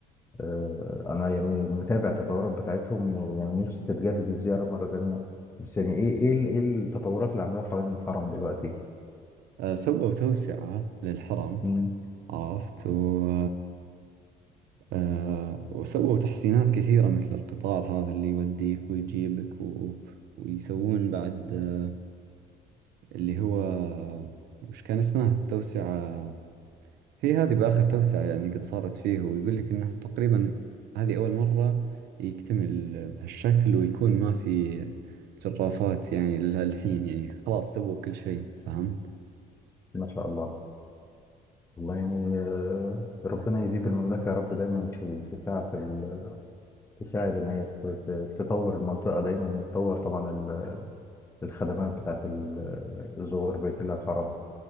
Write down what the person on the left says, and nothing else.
آه، انا يعني متابع التطورات بتاعتهم ويعني نفسي تتجدد الزياره مره تانية بس يعني ايه ايه ال- ايه التطورات اللي عملوها حوالين الحرم دلوقتي
مم.
ما شاء الله والله يعني آه، ربنا يزيد المملكه يا رب دايما في ال- في ساعه في ال- تساعد ان هي ت- ت- تطور المنطقه دايما وتطور طبعا ال- الخدمات بتاعت ال- الزوار بيت الله الحرام